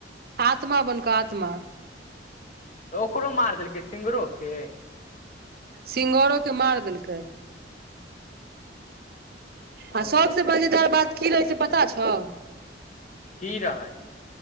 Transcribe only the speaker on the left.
त ओकरो मार देलकै सिंगरोेके।
ओ
की रहय।